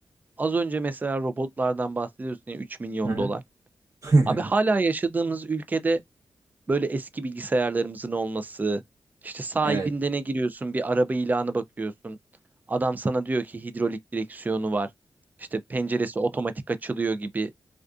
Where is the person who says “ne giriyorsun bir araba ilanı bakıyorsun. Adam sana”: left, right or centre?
Right